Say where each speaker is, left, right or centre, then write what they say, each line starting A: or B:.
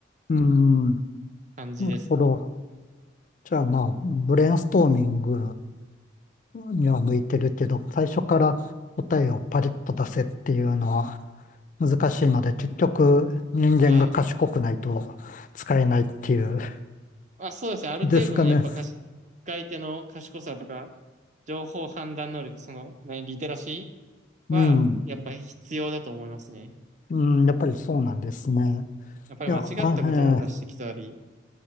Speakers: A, on the left; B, on the right.
A: うん、
B: 感じですね。
A: なるほど。じゃあ、まあ、ブレインストーミングには向いてるけど、最初から答えをパリッと出せっていうのは難しいので、
B: い
A: 結局人間が賢くないと使えないっていう、
B: はい。あ、そうですね。ある程度のやっぱかし、
A: ですかね。
B: 使い手の賢さとか、情報判断能力、その、ね、リテラシ
A: うん。
B: ーは、やっぱ必要だと思いますね。
A: うん、やっぱりそうなんですね。
B: やっぱり間違ったことを出してきたり、
A: いや、あ、